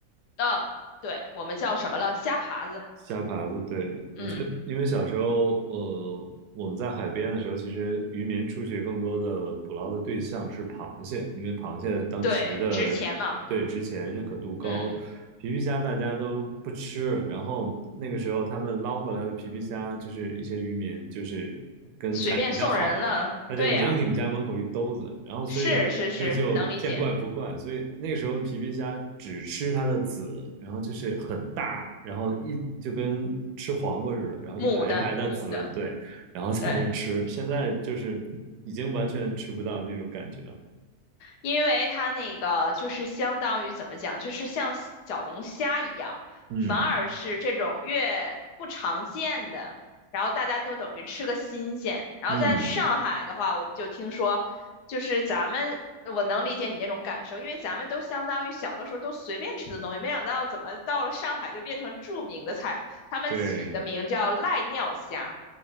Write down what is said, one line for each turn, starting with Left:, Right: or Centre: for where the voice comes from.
Left: 嗯，对，我们叫什么了？虾爬子。
Right: 虾爬子。对，我觉得，
Left: 嗯，
Right: 因为小时候，呃，我们在海边的时候，其实渔民出去更多的捕捞的对象是螃蟹，因为螃蟹当时的对之前认可度高，
Left: 对，值钱嘛。嗯，
Right: 皮皮虾大家都不吃，然后那个时候他们捞回来的皮皮虾，就是一些渔民就是跟家里比较好。
Left: 随便送人了。
Right: 他就扔你们家门口一兜子，
Left: 对呀，
Right: 然后所以所以就见怪不怪，
Left: 是是是，能理解。
Right: 所以那个时候皮皮虾只吃它的籽，然后就是很大，然后一就跟吃黄瓜似的，然后一排一排的籽，
Left: 母的母的，
Right: 对，然后在那儿吃，
Left: 对。
Right: 现在就是已经完全吃不到那种感觉了，
Left: 因为它那个就是相当于怎么讲，就是像小龙虾一样，
Right: 嗯
Left: 反而是这种越不常见的，然后大家都等于吃个新鲜。然后在上海的话，
Right: 嗯，
Left: 我就听说，就是咱们我能理解你那种感受，因为咱们都相当于小的时候都随便吃的东西，没想到怎么到了上海就变成著名的菜，他们起的名叫赖尿虾，
Right: 对，